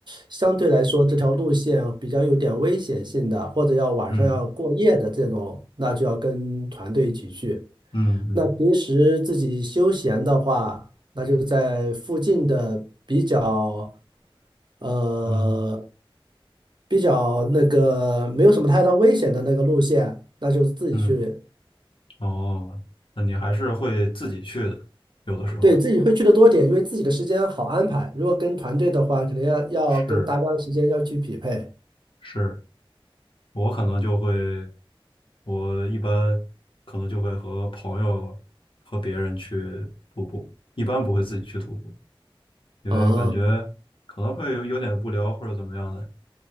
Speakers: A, on the right (about 50°); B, on the left (about 65°).
A: 相对来说这条路线比较有点危险性的，或者要晚上要过夜的这种，
B: 嗯
A: 那就要跟团队一起去。
B: 嗯嗯
A: 那平时自己休闲的话，那就在附近的比较呃
B: 嗯
A: 比较那个没有什么太大危险的那个路线，那就自己去
B: 嗯，哦，那你还是会自己去的，有的时候
A: 对自己会去的多点，因为自己的时间好安排。如果跟团队的话，可能要要跟大家的时间要去匹配。
B: 是是，我可能就会，我一般可能就会和朋友和别人去徒步，一般不会自己去徒步。因为感觉可能会有有点无聊或者怎么样的。
A: 啊，